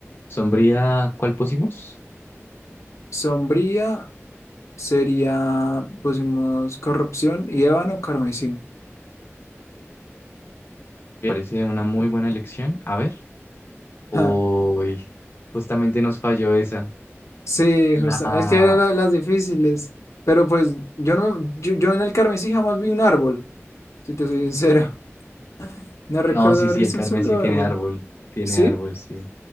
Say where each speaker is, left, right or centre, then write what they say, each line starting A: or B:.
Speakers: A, on the left; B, on the left.
A: Sombría, ¿cuál pusimos?
B: Sombría sería, pusimos corrupción y ébano carmesí.
A: Me parece una muy buena elección. A ver. Uy,
B: <laughs>
A: justamente nos falló esa.
B: Sí,
A: La...
B: justo. Es que eran la- las difíciles.
A: sí.
B: Pero pues yo no yo, yo en el Carmesí jamás vi un árbol, si te soy <laughs> sincero. No recuerdo
A: No, sí,
B: haber
A: sí,
B: visto
A: el carmesí
B: un solo
A: tiene
B: árbol.
A: árbol, tiene
B: ¿Sí?
A: árbol, sí.